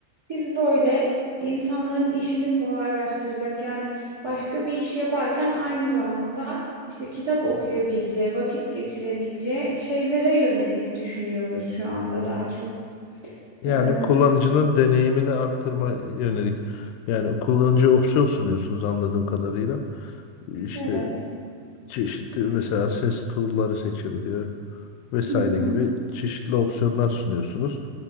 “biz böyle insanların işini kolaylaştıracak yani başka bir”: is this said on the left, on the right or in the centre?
Right